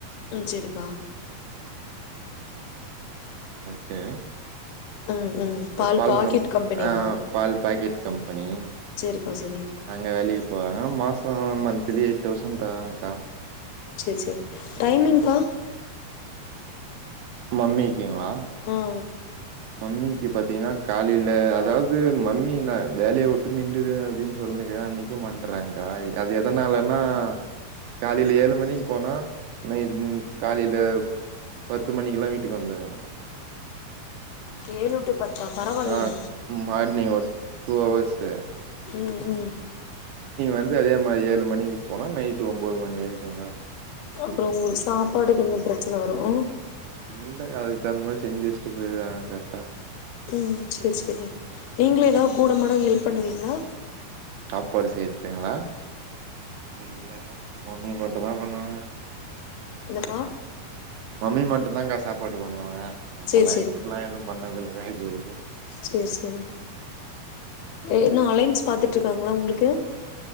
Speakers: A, on the left; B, on the right.
A: ம் செரிப்பா
B: கே
A: ம் ம்
B: பால்
A: பாக்கெட்
B: கம்
A: கம்பெனியா
B: ஆ பால் பாக்கட் கம்பனி
A: செரிப்பா செரி
B: அங்க வேலிக்கு போவாங்க மாசோ மந்திலி தவ்சன் தராங்க்கா
A: சேர் சேர்
B: ம்
A: டைமிங்ப்பா
B: மம்மி கிங்ளா
A: ஆ
B: மம்மிக்கி பாத்திங்கன்னா காலில அதாது மம்மி நா வேலய உட்டு நின்டுடு அப்டின் சொல்னிக்க அனா நிக்க மாட்டறாங்க் கா அது எதனாலன்னா காலில ஏழு மணிக் போனா நைட் ன் காலில பத்து மணிக்குலாம் வீட்டுக் வந்துறா
A: ஏழு டு பத்தா பரவாலேயே
B: ஆ மார்னிங் ஒரு டூ அவர்ஸ்ஸு
A: உம் உம்
B: வந்து அதே மாறி ஏழு மணிக்கி போனா நைட்டு ஒம்போது மணி வரிக்கும்க்கா
A: அப்றோ உங்ளுக்கு சாப்பாடுக்கு கொஞ்சோ ப்ரச்சன வரு உ
B: இல்லக்கா அதுக்கு தகுந்த மாறி செஞ்சு வெஷ்ட்டு போய்ருவாங்க கரட்டா
A: உம் சேர் சேரி நீங்க எதா கூட மாட ஹெல்ப் பண்ணுவிங்ளா
B: சாப்பாடு சே கிங்களா இல்லங்க மம்மி மட்டுந்தா பண்ணுவாங்க
A: என்னப்பா
B: மம்மி மட்டுந்தா க்கா சாப்பாடு பண்ணுவாங்க நம்மளா
A: சேரி
B: ஹெல்ப்லா எது பண்ணதுல்ல இது வரிக்கு
A: சேர் சேரி ஏதுன்னா அலைன்ஸ் பாத்துட்ருக்காங்ளா உங்ளுக்கு